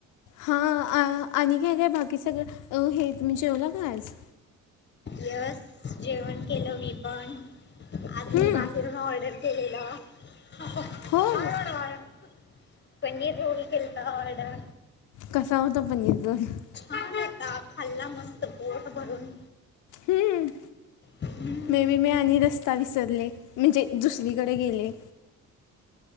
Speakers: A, on the left; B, on the left.
A: हा आणि काय काय बाकी सगळं हे तुम्ही जेवला का आज
B: यस जेवण केलं मी पण आज
A: हम्म,
B: मी बाहेरून ऑर्डर केलेलं. हळड
A: होय
B: वाळ पनीर रोल केलता ऑर्डर
A: कसा होता पनीर रोल ज
B: छान होता खाल्ला मस्त पोट भरून
A: हम्म,
B: हम्
A: मे बी मी आणि रस्ता विसरले म्हणजे दुसरीकडे गेले.